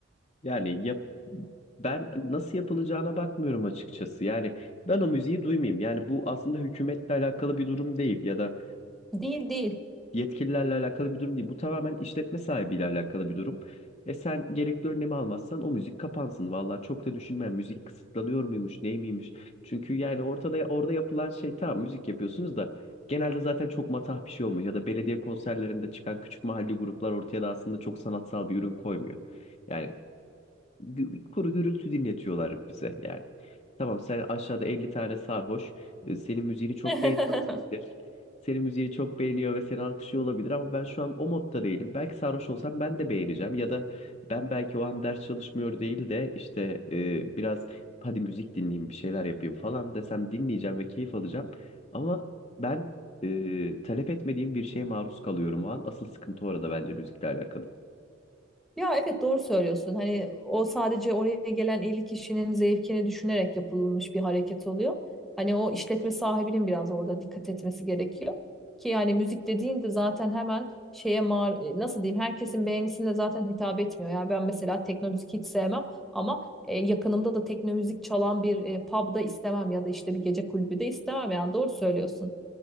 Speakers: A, on the left; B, in the centre.
A: Yani yap ben nasıl yapılacağına bakmıyorum açıkçası. Yani ben o müziği duymayayım. Yani bu aslında hükümetle alakalı bir durum değil ya da
B: Değil değil.
A: yetkililerle alakalı bir durum değil. Bu tamamen işletme sahibiyle alakalı bir durum. E sen gerekli önlemi almazsan o müzik kapansın. Vallahi çok da düşünmem müzik kısıtlanıyor muymuş, ney miymiş? Çünkü yani ortada orada yapılan şey tamam müzik yapıyorsunuz da genelde zaten çok matah bir şey olmuyor ya da belediye konserlerinde çıkan küçük mahalli gruplar ortaya da aslında çok sanatsal bir ürün koymuyor. Yani gü- kuru gürültü dinletiyorlar bize yani. Tamam sen aşağıda 50 tane sarhoş e, senin müziğini çok
B: <laughs>
A: beğeniyor olabilir. Senin müziğini çok beğeniyor ve seni alkışlıyor olabilir ama ben şu an o modda değilim. Belki sarhoş olsam ben de beğeneceğim ya da ben belki o an ders çalışmıyor değil de işte e, biraz hadi müzik dinleyeyim bir şeyler yapayım falan desem dinleyeceğim ve keyif alacağım. Ama ben e, talep etmediğim bir şeye maruz kalıyorum o an. Asıl sıkıntı orada bence müzikle alakalı.
B: Ya evet doğru söylüyorsun. Hani o sadece oraya gelen 50 kişinin zevkini düşünerek yapılmış bir hareket oluyor. Hani o işletme sahibinin biraz orada dikkat etmesi gerekiyor. Ki yani müzik dediğinde zaten hemen şeye mar e, nasıl diyeyim herkesin beğenisine zaten hitap etmiyor. Yani ben mesela tekno müzik hiç sevmem ama e, yakınımda da tekno müzik çalan bir e, pub'da istemem ya da işte bir gece kulübü de istemem yani doğru söylüyorsun.